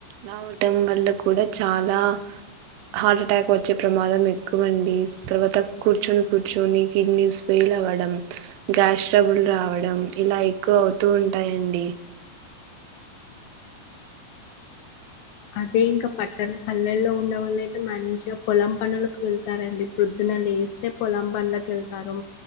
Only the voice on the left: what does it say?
అదే ఇంకా పట్టణ పల్లెల్లో ఉన్న వాళ్ళయితే మంచిగా పొలం పనులకు వెళ్తారండి ప్రొద్దున లేస్తే పొలం పాన్లకు వెళ్తారు